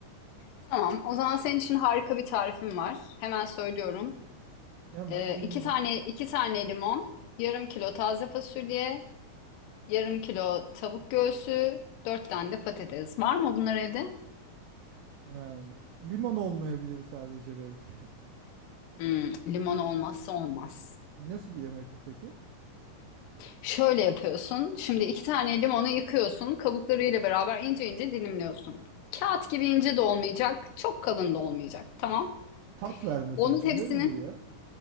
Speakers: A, on the left; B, on the right.
A: Tamam. O zaman senin için harika bir tarifim var. Hemen söylüyorum.
B: Hemen
A: Ee,
B: dinleyeyim.
A: iki tane iki tane limon, yarım kilo taze fasulye, yarım kilo tavuk göğsü, dört tane de patates. Var mı bunlar evde?
B: Yani limon olmayabilir sadece belki.
A: Hmm, limon olmazsa olmaz.
B: <laughs> Nasıl bir yemek bu peki?
A: Şöyle yapıyorsun. Şimdi iki tane limonu yıkıyorsun. Kabuklarıyla beraber ince ince dilimliyorsun. Kağıt gibi ince de olmayacak, çok kalın da olmayacak. Tamam.
B: Tat vermesi
A: Onun
B: için
A: hepsinin
B: değil mi bu ya?